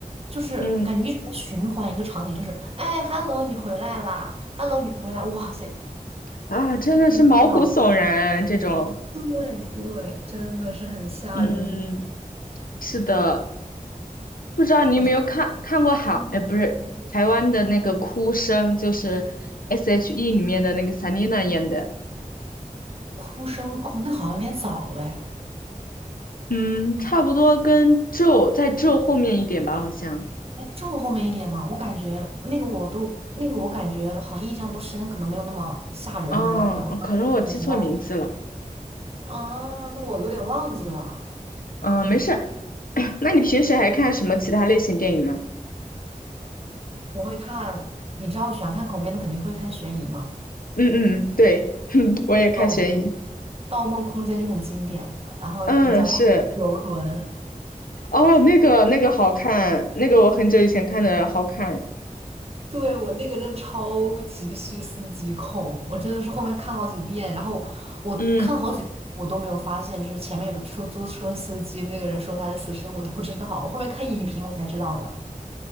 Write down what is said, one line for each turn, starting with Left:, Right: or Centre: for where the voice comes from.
Right: 就是感觉一直在循环一个场景，
Left: 嗯
Right: 就是哎，hello，你回来啦，hello，你回来，哇塞，
Left: 啊，真的是毛骨悚然啊这种。
Right: 就是天呐，对对，真的是很吓人。
Left: 嗯，是的，不知道你有没有看看过韩，
Right: 我这嗯
Left: 哎，不是台湾的那个哭声，就是 S.H.E 里面的那个 Selina 演的，
Right: 哭声，哦，那好像有点早了喂，哎，
Left: 嗯，差不多跟咒在咒后面一点吧，好像，
Right: 就后面一点嘛，我感觉那个我都那个我感觉好像印象不深，可能没有那么吓人，
Left: 哦，
Right: 我感觉我当时看的时候，
Left: 可能我记错名字了，
Right: 啊，那我有点忘记了，
Left: 嗯，没事儿 <coughs> <clears throat> 那你平时还看什么其他类型电影吗？
Right: 我会看，你知道我喜欢看恐怖片的，肯定会看悬疑嘛，
Left: 嗯嗯，对，<laughs> 我也看悬疑，
Right: 那种。《盗梦空间》就很经典的，然后那个叫恐游轮，
Left: 嗯，是，哦，那个那个好看，那个我很久以前看的好看，
Right: 对我那个真的超级细思极恐，我真的是后面看了好几遍，然后我看了好几遍，
Left: 嗯。
Right: 我都没有发现，就是前面有个出租车司机，那个人说他是死神，我都不知道，我后面看影评我才知道的。